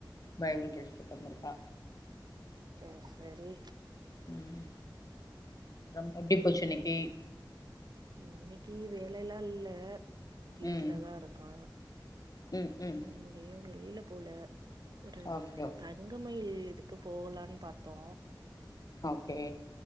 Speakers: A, on the left; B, on the right.
A: பைபிள் படிச்சுட்டு உக்காந்துருக்கா
B: சேரி சேரி
A: உம் எ எப்படி போச்சு இன்னைக்கு
B: இன்னைக்கு வேலைல்லா இல்ல வீட்டு்லதா
A: ம்
B: இருக்கோ
A: ம் ம்
B: எங்கயும் வெளி போல ஒரு
A: ஓகே
B: தங்கமயில் இ க்கு போலான்னு பாத்தோ
A: ஓகே